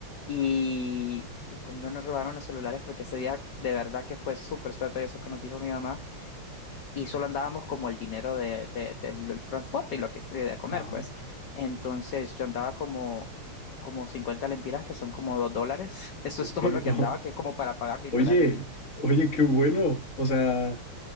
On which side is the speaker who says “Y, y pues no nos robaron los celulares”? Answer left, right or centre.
Left